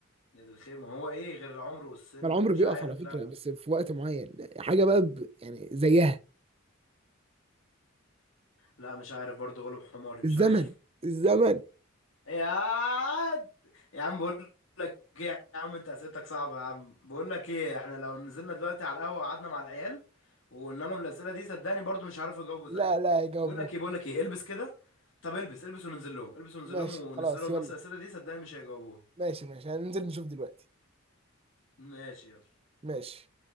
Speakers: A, on the left; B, on the right.
A: يا دي الخير ما هو ايه غير العمر والسن
B: ما
A: مش
B: العمر بيقف
A: عارف
B: على فكرة
A: لا
B: بس في وقت معين حاجة بقى ب... يعني زيها
A: لا مش عارف برضه غلب حماري مش
B: الزمن
A: عارف
B: الزمن
A: يا عاد. يا عم بقول لك ايه يا عم انت اسئلتك صعبه يا عم بقول لك ايه احنا لو نزلنا دلوقتي على القهوه وقعدنا مع العيال وقلنا لهم الاسئله دي صدقني برضو مش هيعرفوا يجاوبوا
B: لا
A: زيي
B: لا يجاوبوها
A: بقول لك ايه بقول لك ايه البس كده طب البس البس وننزل لهم البس وننزل
B: ماشي
A: لهم ونسالهم
B: خلاص يلا
A: نفس الاسئله دي صدقني مش هيجاوبوها
B: ماشي ماشي هننزل نشوف دلوقتي
A: ماشي يلا
B: ماشي